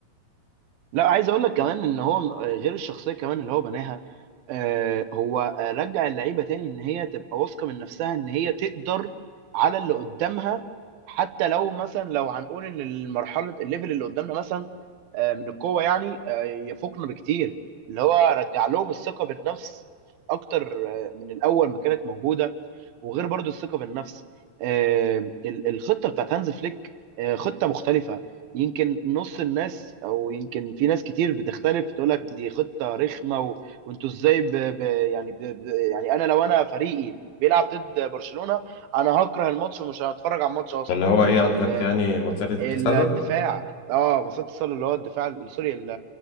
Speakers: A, on the right; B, on the left.
A: لا عايز اقول لك كمان ان هو م- غير الشخصيه كمان اللي هو بناها آه، هو آه، رجع اللعيبه تاني ان هي تبقى واثقه من نفسها ان هي تقدر على اللي قدامها حتى لو مثلا لو هنقول ان المرحله الليفل اللي قدامنا مثلا آه، من القوه يعني آه، يفوقنا بكتير اللي هو رجع لهم الثقه بالنفس اكتر آه، من الاول ما كانت موجوده وغير برضو الثقه بالنفس آه، ال- الخطه بتاعت هانز فليك آه، خطه مختلفه يمكن نص الناس او يمكن في ناس كتير بتختلف تقول لك دي خطه رخمه و... وانتوا ازاي ب... ب... يعني ب... ب... يعني انا لو انا فريقي بيلعب ضد برشلونه انا هكره الماتش ومش هتفرج على الماتش اصلا
B: ده اللي هو ايه قصدك
A: ال...
B: يعني مسيرة التسلل
A: ال- الدفاع اه مصيدة التسلل اللي هو الدفاع ال- سوري ال-